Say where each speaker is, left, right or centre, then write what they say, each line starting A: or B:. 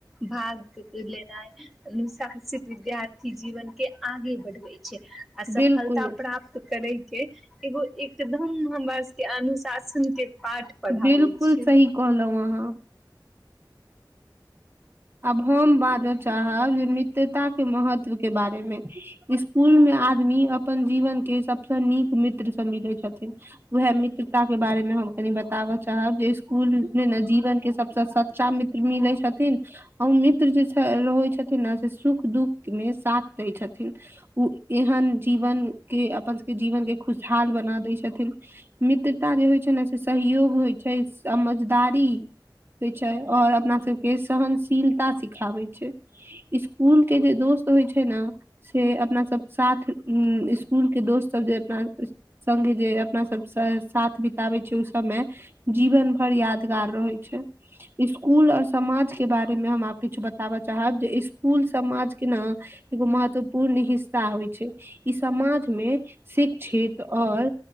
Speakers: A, in the centre; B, on the right (about 30°).
A: भाग लेनाइ नुसानसिक विद्यार्थी जीवन के आगे बढ़बै छै आ सफलता
B: बिलकुल
A: प्राप्त करेके एगो एकदम हमरा सबके अनुशासन के पाठ पढ़ाबै
B: बिलकुल
A: छै
B: सही कहलहु अहाँ आब हम बाजऽ चाहब जे तैता के महत्व के बारे में स्कूल में आदमी अपन जीवन के सबसे नीक मित्र सब मिलै छथिन उएह मित्रता के बारेमे हम कनि बताबऽ चाहब जे स्कुल मे ने जीवन के सब से सच्चा मित्र मिलै छथिन ओ मित्र जे छ रहै छथिन ने से सुख दुःख मे साथ दय छथिन उ एहन जीवन के अपन सबके जीवन के खुशहाल बना दै छथिन मित्रता जे होइ छै ने से सहियोग होइ छै समझदारी होइ छै और अपना सबके सहनशीलता सिखाबैत छै स्कूल के जे दोस्त होइ छै न से अपना सब साथ स्कूल के दोस्त सब जे अपना संगे जे अपना सब सँ साथ बिताबै छै उ सबमें जीवन भर यादगार रहै छै स्कूल और समाज के बारे में हम आब किछु बताबऽ चाहब जे स्कूल समाज के न एगो महत्वपूर्ण हिस्सा होइ छै ई समाज में शिक्षित और